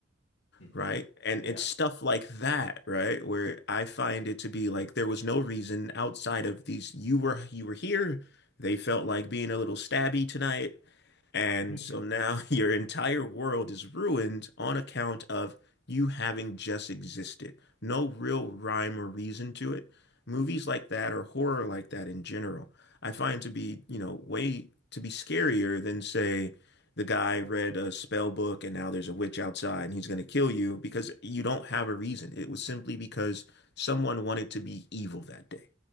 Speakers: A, on the left (about 80°); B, on the left (about 60°).
A: Hmm.
B: Right. And
A: Yeah.
B: it's stuff like that, right? Where I find it to be like there was no reason outside of these you were you were here. They felt like being a little stabby tonight. And
A: <laughs>
B: so now <laughs> your entire world is ruined on account of you having just existed. No real rhyme or reason to it. Movies like that or horror like that in general, I find to be, you know, way to be scarier than say the guy read a spell book and now there's a witch outside and he's going to kill you because you don't have a reason. It was simply because someone wanted to be evil that day.